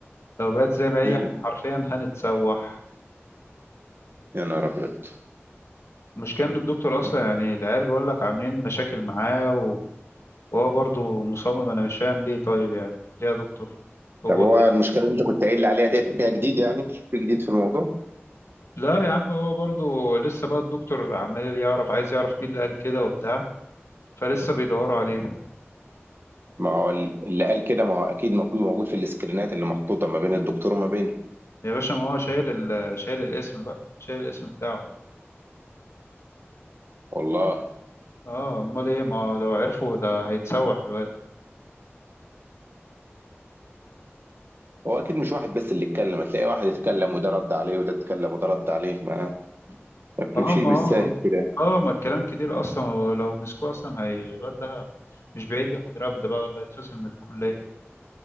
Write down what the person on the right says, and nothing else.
امم
يا نهار ابيض
طب هو
المشكلة اللي انت كنت قايل لي عليها ديت فيها جديد يعني في جديد في الموضوع
ما هو اللي قال كده ما هو اكيد موجود موجود في السكرينات اللي محطوطه ما بين الدكتور وما بينه
والله
هو اكيد مش واحد بس اللي اتكلم هتلاقي واحد اتكلم وده رد عليه وده اتكلم وده رد عليه ما ما بتمشيش
بالساهل
كده